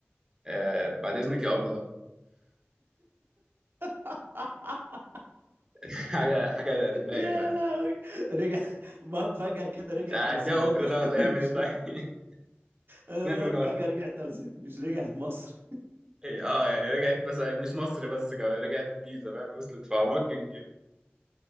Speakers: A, on the right; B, on the right.
A: آه، بعد اذنك يا ابله
B: <laughs>
A: <laughs> حاجه حاجه تضايق
B: يا
A: فاهم
B: لهوي رجع <laughs> ما فجأة كده
A: مش
B: رجعت
A: هديها
B: أوسيم
A: اجره
B: يعني
A: ده ولا
B: <laughs>
A: يعمل
B: مش
A: ايه طيب <laughs>
B: أنا
A: اتنين
B: بقول
A: من
B: لك
A: ورا
B: فجأة رجعت أوسيم مش رجعت مصر
A: إيه، اه يعني رجعت بس مش مصر بس كمان رجعت الجيزه فاهم وصلت في اعماق الجيزه